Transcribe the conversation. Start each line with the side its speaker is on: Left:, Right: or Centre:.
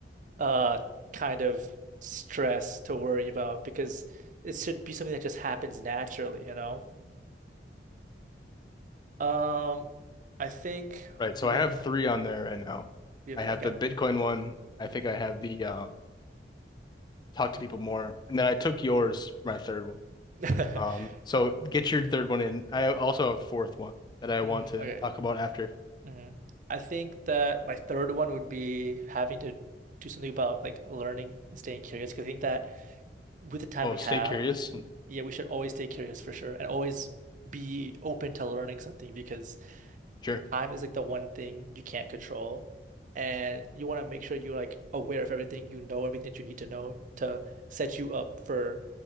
Right: uh kind of stress to worry about because it should be something that just happens naturally, you know? Um, I think
Left: Right.
Right: moving
Left: So I have
Right: on to like
Left: three on there right now.
Right: we have
Left: I have
Right: okay.
Left: the Bitcoin one. I
Right: Mm.
Left: think I have the um talk to people more. And then I took yours, my third one.
Right: <laughs>
Left: Um, so get your third one in. I also have a fourth one that I want
Right: Mm,
Left: to
Right: okay.
Left: talk about after.
Right: Mm. I think that my third one would be having to do something about like learning and staying curious because I think that with the time
Left: Oh,
Right: we
Left: stay
Right: have,
Left: curious.
Right: yeah, we should always stay curious for sure and always be open to learning something because
Left: Sure.
Right: Time is like the one thing you can't control, and you want to make sure you're like aware of everything, you know everything that you need to know to set you up for